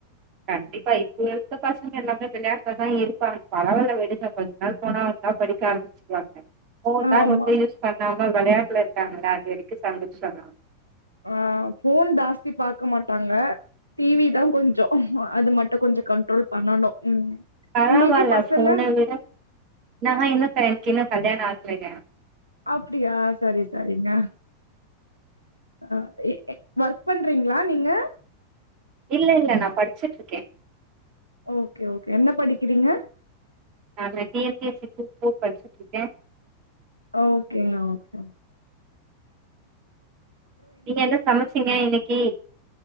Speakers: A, on the right (about 40°); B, on the right (about 80°).
A: கண்டிப்பா இப்ப இருக்க பசங்க எல்லாமே விளையாட்ல்லதா இருப்பாங்க பரவால விடுங்க கொஞ்ச நாள் போனா வந்தா படிக்க ஆரம்பிச்சிக்கவாங்க ஃபேன்னா
B: ஆமா
A: ரொம்ப யூஸ் பண்ணாம விளையாட்டுல க்காங்களா அது வரைக்கு சந்தோஷதா
B: ஆ ஃபோன் ஜாஸ்தி பாக்க மாட்டாங்க டிவிதா கொஞ்சோ அது மட்டும் கொஞ்சோ கண்ட்ரோல் பண்ணணு ம்
A: பராவயில்ல
B: உங்களுக்கு பசங்க
A: ஃபோன விட நா என்ன <unintelligible> கல்யாணோ ஆகலங்க
B: அப்பிடியா சரி சரிங்க ஆ எ ஒர்க் பண்றீங்களா நீங்க
A: இல்ல இல்ல நா படிச்சிட்டு இருக்கே
B: ஓகே ஓகே என்ன படிக்கிறீங்க
A: நா T N P S C group four படிச்சிட்டு இருக்கே
B: ஓகேங்க ஓகே
A: நீங்க என்ன சமைச்சீங்க இன்னிக்கி